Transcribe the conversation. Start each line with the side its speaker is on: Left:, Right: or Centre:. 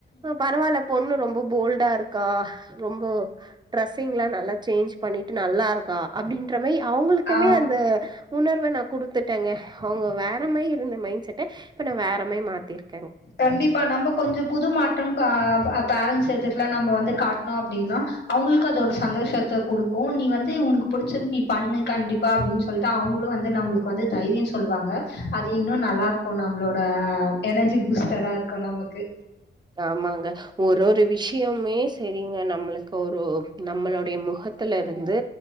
Right: ஆ பரவால்ல பொண்ணு ரொம் ரொம்ப போல்டா இருக்கா ரொம்ப ட்ரெஸ்ஸிங்கீலா நல்லா சேஞ்சு பண்ணிட்டு நல்லா இருக்கா அப்டின் ற்றமைய அவுங்குளுக்குமே
Left: ஆ
Right: அந்த உணர்வ நா குடுத்துட்டேங்க அவுங்க வேற மாரி இருந்த மைண் செட் ட்டு இப்ப நா வேற மாரி மாத்திருக்
Left: கண்டிப்பா நம்ப கொஞ்ச புது மாற்றம் பா பேரண்ட்ஸ் எதுர்ல நம்ம வந்து காட் னோ அப்டினா அவுங்களுக்கு அதோட சந்தோஷத்த கொடுக்கு நீ வந்து உனக்கு புடிச்சது நீப் பண்ணு கண்டிப்பா அப்டின்னு சொல்லிட்டு அவுங்குளு வந்து நம்ளுக்கு வந்து தைரியம் சொல்லுவாங்க அது இன்னொன் நல்லாருக்கு நம்ளோட எனர்ஜி பூஸ்ட் ட்டரா இருக்கு நமக்கு
Right: ஆமாங்க ஒரொரு விஷ்ஷியமே சேரிங்க நம்முளுக்கு ஒரு நம்மளுடைய முகத்துல இருந்து